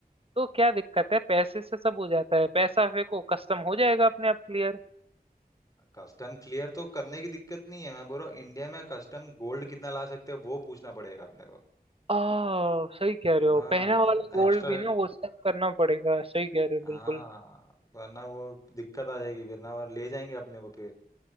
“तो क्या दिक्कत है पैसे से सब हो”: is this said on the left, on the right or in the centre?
Right